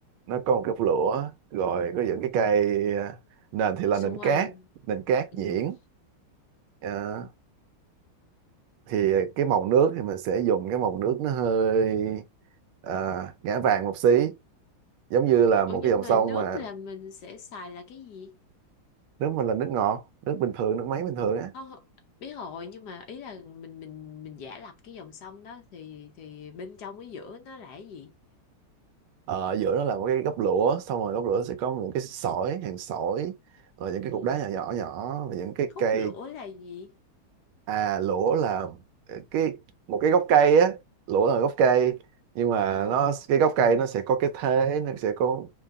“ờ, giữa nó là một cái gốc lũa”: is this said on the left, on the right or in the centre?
Right